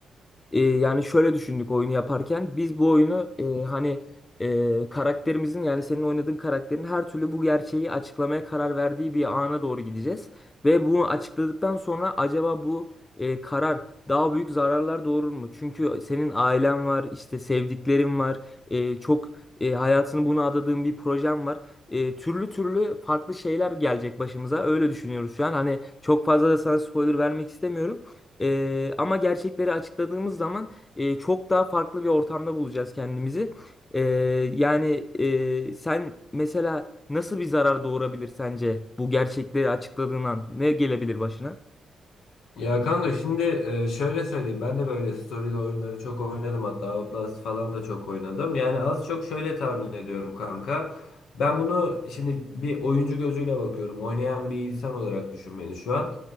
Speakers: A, on the left; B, on the left.
A: E, yani şöyle düşündük oyunu yaparken. Biz bu oyunu e, hani e, karakterimizin yani senin oynadığın karakterin her türlü bu gerçeği açıklamaya karar verdiği bir ana doğru gideceğiz. Ve bunu açıkladıktan sonra acaba bu e, karar daha büyük zararlar doğurur mu? Çünkü senin ailen var, işte sevdiklerin var, e, çok e, hayatını buna adadığın bir projen var. E, türlü türlü farklı şeyler gelecek başımıza. Öyle düşünüyoruz şu an. Hani çok fazla da sana spoiler vermek istemiyorum. Ee, ama gerçekleri açıkladığımız zaman e, çok daha farklı bir ortamda bulacağız kendimizi. Ee, yani e, sen mesela nasıl bir zarar doğurabilir sence bu gerçekleri açıkladığın an? Ne gelebilir başına?
B: Ya kanka şimdi e, şöyle söyleyeyim ben de böyle story'li oyunları çok oynadım hatta Outlast falan da çok oynadım. Yani az çok şöyle tahmin ediyorum kanka. Ben bunu şimdi bir oyuncu gözüyle bakıyorum. Oynayan bir insan olarak düşün beni şu an.